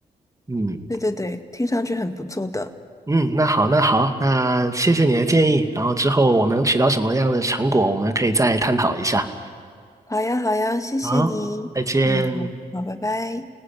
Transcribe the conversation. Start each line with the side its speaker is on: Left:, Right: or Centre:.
Right: 嗯
Left: 对对对，听上去很不错的。
Right: 嗯，那好，那好，那谢谢你的建议，然后之后我能取到什么样的成果，我们可以再探讨一下。
Left: 好呀好呀，谢谢你。
Right: 好，再见。
Left: 嗯，好好，拜拜。